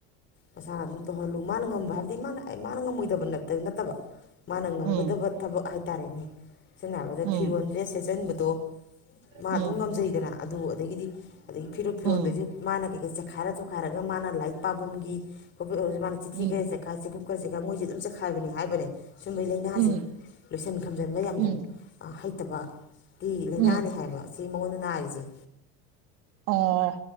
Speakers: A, on the left; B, on the right.
A: ꯃꯁꯥꯅ ꯑꯗꯨꯝ ꯇꯧꯍꯜꯂꯨ ꯃꯥꯅ ꯉꯝꯕ ꯍꯥꯏꯕꯗꯤ ꯃꯥꯅ ꯃꯥꯅ ꯉꯝꯃꯣꯏꯗꯕ ꯅꯠꯇꯕ ꯃꯥꯅ ꯉꯝꯒꯗꯕ
B: ꯎꯝ
A: ꯊꯕꯛ ꯍꯥꯏ ꯇꯔꯦꯅꯦ ꯆ ꯍꯥꯏꯕꯗ
B: ꯎꯝ
A: ꯐꯤꯔꯣꯟ꯭ꯔꯦ ꯁꯦꯁꯟ ꯠꯇꯣ ꯃꯥ
B: ꯎꯝ
A: ꯑꯗꯨꯝ ꯉꯝꯖꯩꯗꯅ ꯑꯗꯨ ꯑꯗꯒꯤꯗꯤ ꯑꯗꯒꯤ ꯐꯤꯔꯨꯞꯞ ꯐꯤꯔꯣꯟꯗꯁꯨ
B: ꯎꯝ
A: ꯃꯥꯅ ꯀꯩ ꯀꯩ ꯆꯦꯈꯥꯏꯔ ꯇꯣꯈꯥꯏꯔꯒ ꯃꯥꯅ ꯂꯥꯏꯔꯤꯠ ꯄꯥꯐꯝꯒꯤ ꯀꯣꯤꯛꯨꯁꯨ ꯃꯥꯅ ꯆꯤꯊꯤꯔ
B: ꯎꯝ
A: ꯆꯥꯏ ꯆꯦꯒꯨꯞꯔ ꯆꯦꯥꯏꯣꯏꯦ ꯑꯗꯨ ꯆꯈꯥꯏꯕꯅꯤ ꯍꯥꯏꯕꯅꯦ ꯁꯨꯝꯕꯩ ꯂꯥꯏꯅꯥꯁꯦ
B: ꯎꯝ
A: ꯂꯣꯏꯁꯟ ꯈꯝꯖꯤꯟꯕ ꯌꯥꯝꯅꯩ
B: ꯎꯝ
A: ꯠꯇꯕ ꯀꯤ ꯂꯥꯏꯅꯥꯅꯤ
B: ꯎꯝ
A: ꯍꯥꯏꯕ ꯁꯤ ꯃꯉꯨꯟꯅ ꯅꯥꯔꯤꯁꯤꯦ
B: ꯑꯣ